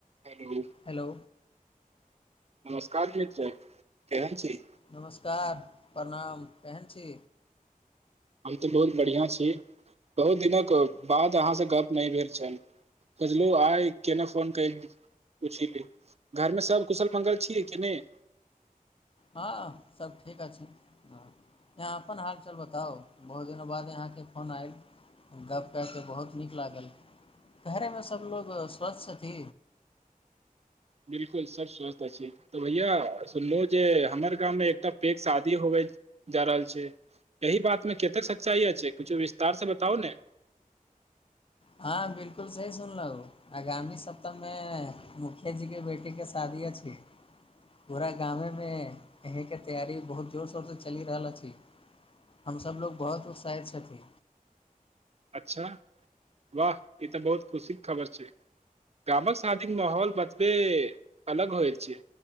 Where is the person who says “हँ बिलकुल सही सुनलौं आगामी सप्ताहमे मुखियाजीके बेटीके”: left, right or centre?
Left